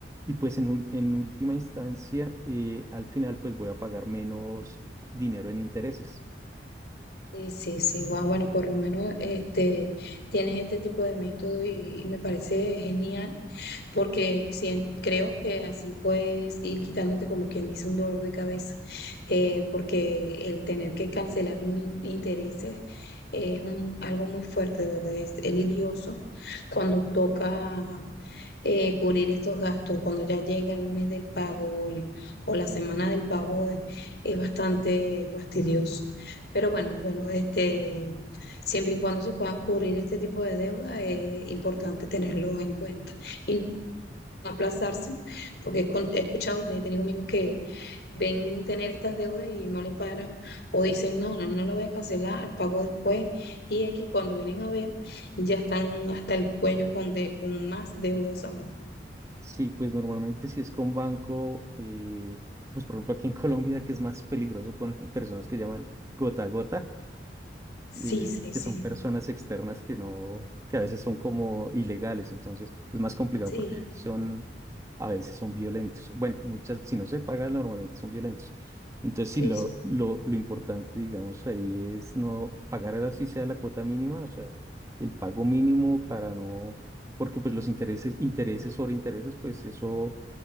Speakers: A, on the right; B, on the left.
A: Y pues en, ul- en última instancia, eh, al final, pues voy a pagar menos dinero en intereses.
B: Sí, sí, sí, Juan. Bueno, por lo menos este, tienes este tipo de método y, y me parece genial porque sien- creo que así puedes ir quitándote como quien dice un dolor de cabeza, eh, porque el tener que cancelar un in- intereses es un- algo muy fuerte, de verdad, es es lidioso cuando toca eh, cubrir estos gastos, cuando ya llega el mes del pago o, el- o la semana del pago, eh, es bastante fastidioso. Pero bueno, bueno, este, siempre y cuando se puedan cubrir este tipo de deuda, es importante tenerlo en cuenta y no aplazarse, porque he con- he escuchado y he tenido amigos que ven tener estas deudas y no le paran o dicen, no, no, no la voy a cancelar, pago después. Y aquí cuando vienen a ver, ya están hasta el cuello con, de, con más deudas aún.
A: Sí, pues normalmente si es con banco, eh, pues por ejemplo aquí en <laughs> Colombia, que es más peligroso con <laughs> personas que llaman gota a gota.
B: Sí,
A: eh,
B: sí,
A: que
B: sí,
A: son personas externas que no, que a veces son como ilegales, entonces es más complicado
B: sí,
A: porque son, a veces son violentos. Bueno, muchas, si no se paga, normalmente son violentos. Entonces,
B: sí,
A: sí, lo, lo, lo importante, digamos, ahí es no pagar así sea la cuota mínima, o sea, el pago mínimo para no, porque pues los intereses, intereses sobre intereses, pues eso,